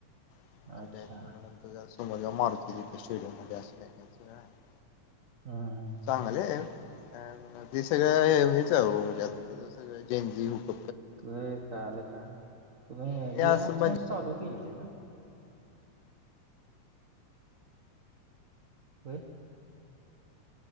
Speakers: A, on the left (about 85°); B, on the right (about 65°).
A: <unintelligible>
B: अच्छा हा हा!
A: चांगले आहे ते सगळं हेच अहो म्हणजे आताचं सगळ जेंजी हुक.
B: व्हय काल का तुम्ही
A: ते असं
B: गेम ऑफ
A: मजा
B: थ्रोन चालू केलेले आहे ना? होय